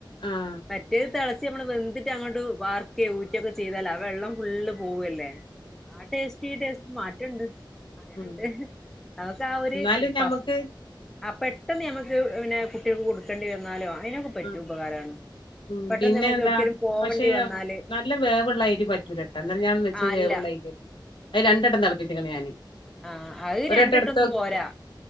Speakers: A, on the left (about 80°); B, in the centre.
A: ആഹ്
B: മറ്റേ തെള ത്തിമ്മള് വെന്തിട്ട് അങ്ങോട്ട് വർക്കേ ഊറ്റുവൊക്കെ ചെയ്താല് ആ വെള്ളം ഫുള്ള് പോവല്ലേ ആഹ് ടേസ്റ്റി ഈ ടേസ്റ്റ് മാറ്റണ്ട് അങ്ങനണ്ട്
A: ഉം
B: നമക്ക് ആ ഒരു
A: എന്നാലും ഞമ്മക്ക്
B: പസ് ആ പെട്ടെന്ന് ഞമ്മക്ക് പിന്നെ കുട്ടികൾക്ക് കൊടുക്കേണ്ടി വന്നാലോ അയിനൊക്കെ പറ്റിയ
A: ഉം
B: ഉപകാരാണ്
A: ഉം
B: പെട്ടെന്ന്
A: പിന്നെ
B: നമുക്ക്
A: എന്താ
B: എവിടേക്കേലും പോവണ്ടി
A: പക്ഷെ
B: വന്നാല്
A: നല്ല വേവള്ള അരി പറ്റൂലട്ട ഇന്നലെ വെച്ച
B: ആഹ് അല്ല
A: വേവുള്ള അയ്രി അഹ് രണ്ടട്ടം തെളപ്പിച്ചിക്കണ് ഞാന്
B: ആ അഹ്
A: ഒരട്ടം
B: രണ്ടെട്ടൊന്നും
A: എടുത്തോ
B: പോരാ